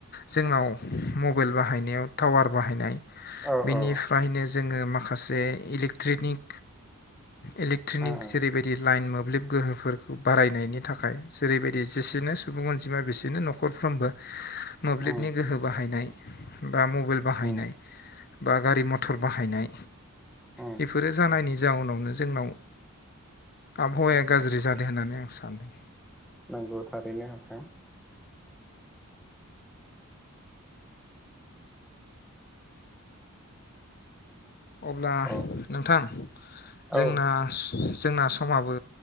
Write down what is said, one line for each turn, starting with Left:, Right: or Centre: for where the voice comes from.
Left: जोंनाव मबाइल बाहायनायाव टावार बाहायनाय।
Centre: औ
Left: बिनिफ्रायनो
Centre: औ
Left: जोङो माखासे इलेक्ट्रनिक इलेकट्रनिक
Centre: उम उम
Left: जेरैबायदि लाइन मो मोब्लिब गोहोफोरखौ बाराय नायनि थाखाय बेबायदि जेसेनो सुबुं अनजिमा बिसोरनो नखरफ्रोमबो मोब्लिबनि
Centre: उम
Left: गोहो बाहायो। यनाय बा मबेइल बाहायनाय।
Centre: उम
Left: बा गारि मथर बाहायनाय
Centre: उम
Left: बेफोरो जानायनि जाउनावनो जोंनाव आबहावाया गाज्रि जादों होननानै आं सान्दों।
Centre: नांगौ थारैनो नोंथां
Left: अब्ला
Centre: औ
Left: नोंथां जोंना
Centre: औ
Left: जोंना समाबो